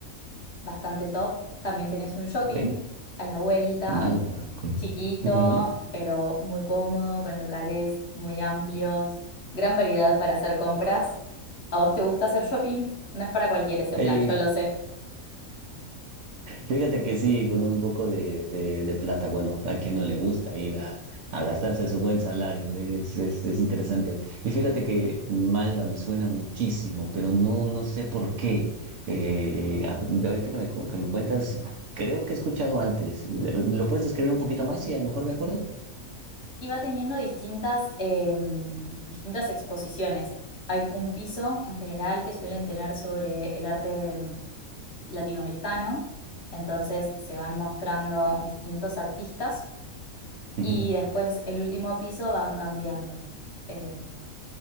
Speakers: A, on the left; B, on the right.
A: bastante top. También tenés un shopping
B: ok,
A: a la vuelta,
B: Malva. fue.
A: chiquito,
B: Ujú.
A: pero muy cómodo, con locales muy amplios, gran variedad para hacer compras. ¿A vos te gusta hacer shopping? No es para cualquiera ese
B: Eh,
A: plan, yo lo sé.
B: Fíjate que sí, con un poco de, de- de plata, bueno, a quien no le gusta ir a, a gastarse su buen salario, es, es, es interesante. Y fíjate que Malva me suena muchísimo, pero no, no sé por qué. Eh, a- de ahorita que me, cu- que me cuentas, creo que he escuchado antes. ¿Lo puedes describir un poquito más y a lo mejor me acuerdo?
A: Y va teniendo distintas, em, distintas exposiciones. Hay un piso en general que suelen tener sobre el arte em, latinoamericano, entonces se van mostrando distintos artistas
B: Ujú.
A: y después el último piso van cambiando. Eh,